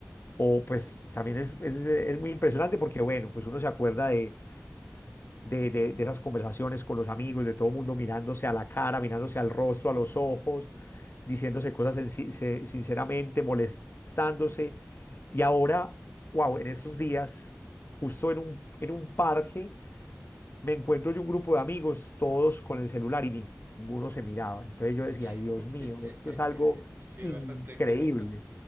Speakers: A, on the left; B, on the right.
A: O pues también es, es, es muy impresionante porque bueno, pues uno se acuerda de, de, de- de esas conversaciones con los amigos, de todo mundo mirándose a la cara, mirándose al rostro, a los ojos, diciéndose cosas senci- se- sinceramente, molestándose. Y ahora, wow, en estos días, justo en un, en un parque me encuentro yo un grupo de amigos, todos con el celular y ni- ninguno se miraba. Entonces yo
B: Sí,
A: decía, Dios
B: <laughs>
A: mío, esto es algo
B: sí, es
A: increíble.
B: bastante cómico.